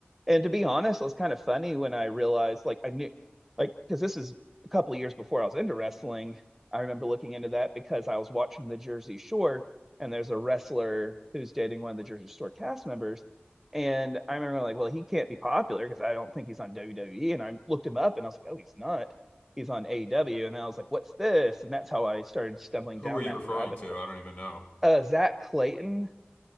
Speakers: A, in the centre; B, on the left (about 45°).
A: And to be honest, it was kind of funny when I realized, like, I knew, like, because this is a couple of years before I was into wrestling. I remember looking into that because I was watching the Jersey Shore, and there's a wrestler who's dating one of the Jersey Shore cast members. And I remember, like, well, he can't be popular because I don't think he's on WWE. And I looked him up and I was like, oh, he's not. He's on AEW. And I was like, what's this? And that's how I started stumbling down
B: Who are you
A: that
B: referring
A: rabbit
B: to?
A: hole.
B: I don't even know.
A: Uh, Zach Clayton